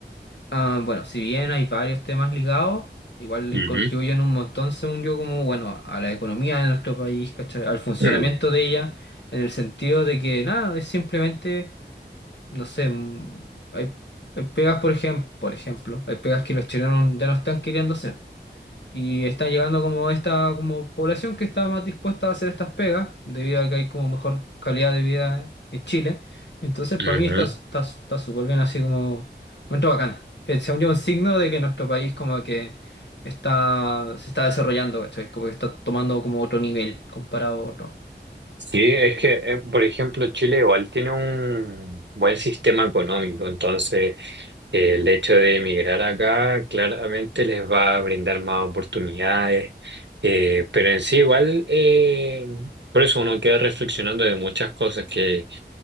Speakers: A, on the left (about 75°); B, on the right (about 80°).
A: ah, bueno, si bien hay varios temas ligados, igual le
B: Ujú.
A: contribuyen un montón, según yo, como, bueno, a la economía de nuestro país, ¿cachai? Al funcionamiento
B: <clears throat>
A: de ella, en el sentido de que nada, es simplemente no sé, mm, hay, hay pegas, por ejemplo, por ejemplo, hay pegas que los chilenos ya no están queriendo hacer. Y están llegando como esta como población que está más dispuesta a hacer estas pegas, debido a que hay como mejor calidad de vida en Chile. Entonces, para
B: Ujú.
A: mí está, está, está súper bien así como momento bacán. Eh, Según yo, un signo de que nuestro país como que está, se está desarrollando, ¿cachai? Como que está tomando como otro nivel comparado a otro.
B: Sí, es que, eh, por ejemplo, Chile igual tiene un buen sistema económico, entonces eh, el hecho de emigrar acá claramente les va a brindar más oportunidades, eh, pero en sí igual, eh, por eso uno queda reflexionando de muchas cosas que,